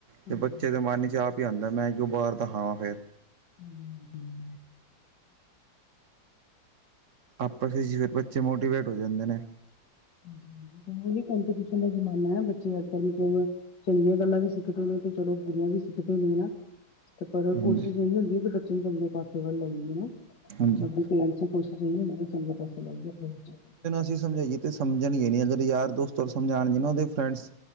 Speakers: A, on the left; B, on the right.
A: ਹਾਂਜੀ
B: ਤੇ ਬੱਚੇ ਦੇ ਮਨ ਚ ਆਪ ਹੀ ਆਂਦਾ ਮੈਂ ਕਿਉਂ ਬਾਹਰ ਦਾ ਖਾਵਾਂ ਫੇਰ
A: ਹਂ, ਹਂ
B: ਆਪਸ ਵਿੱਚ ਫਿਰ ਬੱਚੇ ਮੋਟੀਵੇਟ ਹੋ ਜਾਂਦੇ ਨੇਂ।
A: ਹਾਂਜੀ ਹਾਂਜੀ ਓਹ ਕੰਪਿਟੇਸ਼ਨ ਦਾ ਜ਼ਮਾਨਾ ਆ, ਬੱਚੇ ਅੱਜ -ਕੱਲ ਮਤਲਬ ਚੰਗੀਆਂ ਗੱਲਾਂ ਵੀ ਸਿੱਖਦੇ ਨੇਂ ਤੇ ਚਲੋ ਬੁਰੀਆਂ ਵੀ ਸਿੱਖਦੇ ਨੇਂ ਨਾਂ। ਤੇ ਪਰ
B: ਹਾਂਜੀ
A: ਕੋਸ਼ਿਸ਼ ਇਹੀ ਹੁੰਦੀ ਏ ਕਿ ਬੱਚੇ ਨੂੰ ਚੰਗੇ ਪਾਸੇ ਵੱਲ ਲਾਈਏ ਹਨਾਂ।
B: ਹਾਂਜੀ
A: ਅਗੋ ਪੇਰੈਂਟਸ ਦੀ ਕੋਸ਼ਿਸ਼ ਇਹਓ ਹੁੰਦੀ ਐ, ਚੰਗਾ ਪਾਸੇ ਲਾਇਏ ਆਪਣੇ ਬੱਚੇ ਨੂੰ।
B: ਅਸੀਂ ਸਮਝਾਈਏ ਤੇ ਸਮਝਣਗੇ ਨੀਂ, ਅਗਰ ਯਾਰ-ਦੋਸਤ ਸਮਝਾਣਗੇ ਨਾਂ ਉਹਦੇ ਫਰੈਂਡਸ